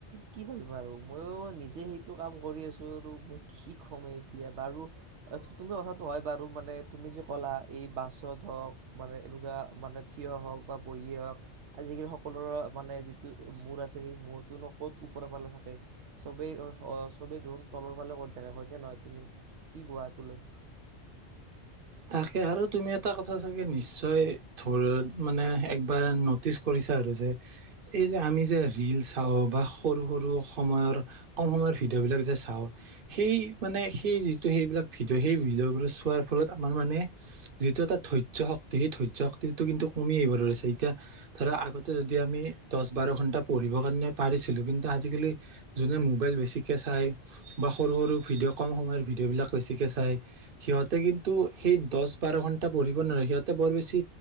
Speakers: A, on the right; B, on the right.
A: কি ভাবিম আৰু, ময়ো নিজে সেইটো কাম কৰি আছোঁ আৰু। মই কি কম এতিয়া, বাৰু তুমি কথাটো হয় বাৰু, মানে তুমি যে ক'লা এই বাছত হওঁক মানে এনেকুৱা মানে থিয় হওঁক বা বহীয়ে হওঁক, আজিকালি সকলোৰে মানে যিটো মূৰ আছে সেই মূৰটোনো ক'ত ওপৰ ফালে থাকে। চবেই চবেই যোন তলৰ ফালে কৰি থাকে হয়নে নহয় তুমি কি কোৱা এটোলৈ?
B: তাকে, আৰু তুমি এটা কথা চাগে নিশ্চয় ধৰ মানে একবাৰ নোট টিছ কৰিছা আৰু যে এই যে আমি যে ৰীল চাওঁ বা সৰু সৰু সময়ৰ। কম সময়ৰ ভিডিঅ' বিলাক যে চাওঁ। সেই মানে সেই যিটো সেইবিলাক ভিডিঅ সেই ভিডিঅ'বোৰ চোৱাৰ ফলত আমাৰ মানে যিটো এটা ধৈয্য শক্তি সেই ধৈয্য শক্তিটো কিন্তু কমি আহিব ধৰিছে, এতিয়া ধৰ আগতে যদি আমি দশ বাৰ ঘন্টা পঢ়িবৰ কাৰণে পাৰিছিলো, কিন্তু আজিকালি যোনে মোবাইল বেছিকে চাই, বা সৰু সৰু ভিডিঅ' কম সময়ৰ ভিডিঅ' বিলাক বেছিকে চায়। সিহঁতে কিন্তু সেই দশ বাৰ ঘন্টা পঢ়িব নোৱাৰে, সিহঁতে বৰ বেছি